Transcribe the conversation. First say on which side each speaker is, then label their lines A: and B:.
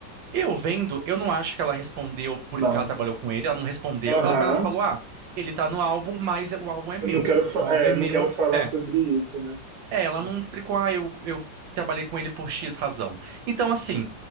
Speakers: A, on the right; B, on the right.
A: Eu vendo, eu não acho que ela respondeu por
B: Não.
A: que que ela trabalhou com ele, ela não respondeu,
B: Aham.
A: ela apenas falou: ah, ele tá no álbum, mas o álbum é meu.
B: Eu não quero, fa-
A: O álbum
B: é,
A: é
B: eu
A: meu,
B: não quero falar
A: é.
B: sobre isso, né?
A: É, ela
B: É.
A: não explicou, ah, eu, eu trabalhei com ele por X razão. Então, assim,